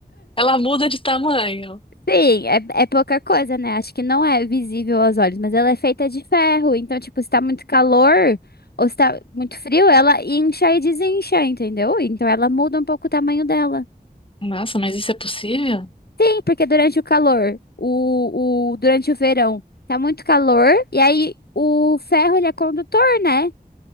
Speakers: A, on the left (about 35°); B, on the left (about 80°).
A: Ela muda de tamanho.
B: Sim, é, é pouca coisa, né? Acho que não é visível aos olhos, mas ela é feita de ferro. Então, tipo, se tá muito calor ou se tá muito frio, ela incha e desincha, entendeu? Então, ela muda um pouco o tamanho dela.
A: Nossa, mas isso é possível?
B: Sim, porque durante o calor, o, o, durante o verão, tá muito calor, e aí o ferro, ele é condutor, né?